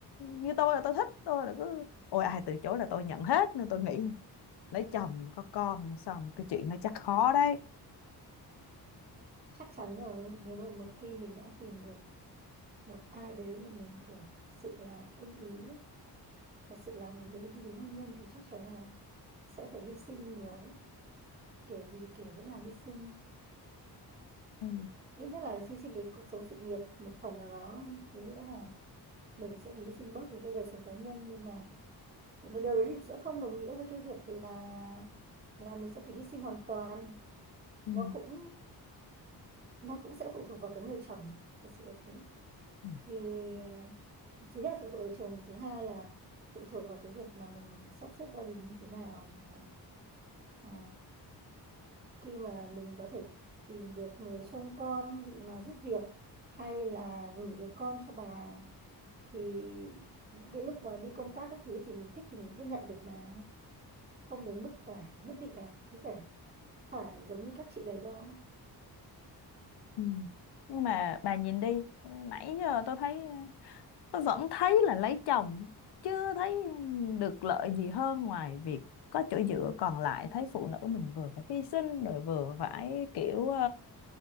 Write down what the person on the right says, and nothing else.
chắc chắn rồi nếu mà một khi mình đã tìm được một ai đấy mà mình kiểu thật sự là ưng ý ấy, thật sự là muốn đấy đi đến hôn nhân thì chắc chắn là sẽ phải hy sinh nhiều kiểu gì kiểu vẫn là hy sinh
ít nhất là hy sinh cái cuộc sống sự nghiệp một phần nào đó cái nữa là mình sẽ phải hy sinh bớt những cái đời sống cá nhân nhưng mà điều đấy thì sẽ không đồng nghĩa với cái việc là là mình sẽ phải hy sinh hoàn toàn
nó cũng nó cũng sẽ phụ thuộc vào cái người chồng thật sự là thế
vì à, thứ nhất là phụ thuộc vào chồng thứ hai là phụ thuộc vào cái việc mà mình sắp xếp gia đình như thế nào chẳng hạn à, khi mà mình có thể tìm được người trông con ví dụ là giúp việc hay là gửi được con cho bà thì những cái lúc mà đi công tác các thứ thì mình thích thì mình vẫn nhận được mà không đến mức phải nhất định là cứ phải phải giống như các chị đấy đâu